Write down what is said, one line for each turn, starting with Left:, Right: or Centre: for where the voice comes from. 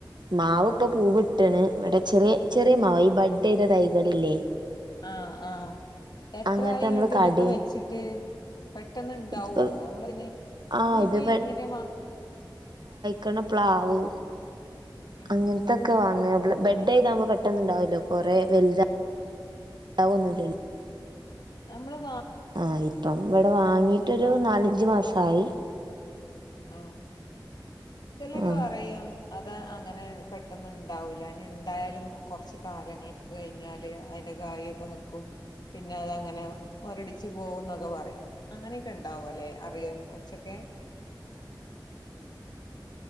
Right: മാവ് ഇപ്പൊ പൂവിട്ടണ് ഇവിടെ ചെറിയ ചെറിയ മാവായി ബൈ- പട്ടേയുടെ <unintelligible> തൈകളില്ലേ
Left: ആ ആ എത്രയിങ്ങാട്ട്
Right: അങ്ങനത്തെ നമ്മള്
Left: ഇതൊക്കെ
Right: കട
Left: വെച്ചിട്ട് പെട്ടെന്ന്ണ്ടാവോ
Right: ഇതിപ്പോ
Left: നമ്മള ഇന്നെ
Right: ആഹ്
Left: നമ്മളിപ്പോ
Right: ഇത്
Left: ഇങ്ങനെ വാ-
Right: പിന്നെ പ്ലാവ്
Left: ആഹ്
Right: അങ്ങിനട്തൊക്കെ വാങ്ങമ്പ്ള് ബെഡേയ്താകുമ്പോൾ പെട്ടെന്നുണ്ടാവല്ലോ കുറേ വലുത- അ ഒന്നുംല്ലലി <unintelligible>
Left: ആ അത് നമ്മള-
Right: ആ ഇപ്പം ഇവിടെ വാങ്ങീട്ടൊരു
Left: വാ
Right: നാലഞ്ചു മാസയി-
Left: ആ ചിലര്
Right: ആഹ്
Left: പറയും അത് അങ്ങനെ പെട്ടന്നുണ്ടാവൂല്ല ഇനി ഉണ്ടായാലും കുറച്ച് കാലങ്ങൾക്ക് കഴിഞ്ഞാല് അതിന്റെ കായൊക്കെ നിക്കും പിന്നെ അതങ്ങനെ മുരടിച്ചു പോവും എന്നൊക്കെ പറയും അങ്ങനെയൊക്കെ ഉണ്ടാവുല്ലെ അറിയോതിനെ കുറിച്ചൊക്കെ